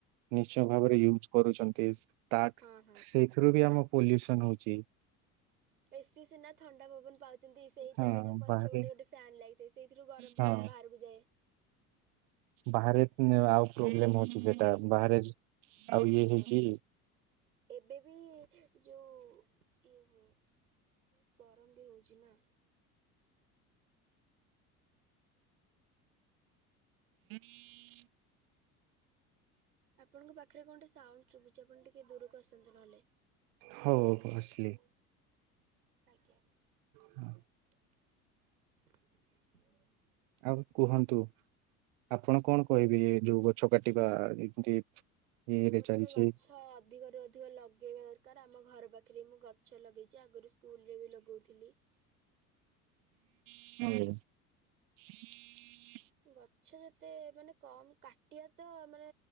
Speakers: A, on the right; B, on the right.
A: ନିଶ୍ଚୟ ଭାବରେ
B: ହଁ
A: ୟୁଜ କରୁଛନ୍ତି ତା
B: ହଁ ହଁ।
A: ସେଇଥିରୁ ବି ଆମ ପଲ୍ୟୁସନ ହଉଛି।
B: ଏସିି ସିନା ଥଣ୍ଡା ପବନ ପାଉଛନ୍ତି। ସେଇଟାରେ
A: ହଁ
B: ଯୋଉ ପଛପଟେ
A: ବାହାରେ
B: ଗୋଟେ ଫ୍ୟାନ୍ ଲାଗିଥାଏ ସେଇଥିରୁ ଗରମ
A: ହଁ
B: ପବ ବାହାରକୁ ଯାଏ।
A: ବାହାରେ ଆଉ ପ୍ରୋବ୍ଲେମ ହଉଛି ସେଟା ବାହାରେ ଆଉ
B: ହଁ
A: ଇଏ ହେଇକି
B: ଏବେ ବି ଯୋଉ ଇଏ ହୁଏ ବହୁତ ଗରମ ବି ହଉଛି ନା?
A: <unintelligible>
B: ଆପଣଙ୍କ ପାଖରେ କଣେ ସାଉଣ୍ଡ ଶୁଭୁଛି ଆପଣ ଟିକେ ଦୂରକୁ ଆସନ୍ତୁ ନହେଲେ।
A: ହଉ ହଉ ଆସିଲି।
B: ଆଜ୍ଞା।
A: ହଁ।
B: ହ
A: ଆଉ କୁହନ୍ତୁ ଆପଣ କଣ କହିବେ ଯୋଉ ଗଛ କାଟିବା ଏମିତି ଇଏରେ
B: ମୋ ମତରେ
A: ଚାଲିଛି
B: ଗଛ ଅଧିକ ରୁ ଅଧିକ ଲଗେଇବା ଦରକାର ଆମ ଘର ପାଖି ଥିରେ ମୁଁ ଗଛ ଲଗେଇଛି ଆଗରୁ ସ୍କୁଲରେ ବି ଲଗଉଥିଲି।
A: ହୁଁ <unintelligible>
B: ଗଛ ଯେତେ ମାନେ କମ କାଟିବା ତ ମାନେ